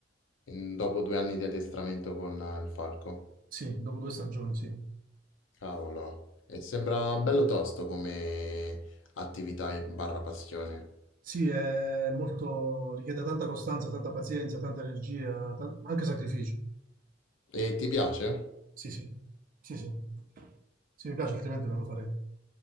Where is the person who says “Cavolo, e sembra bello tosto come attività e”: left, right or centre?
Left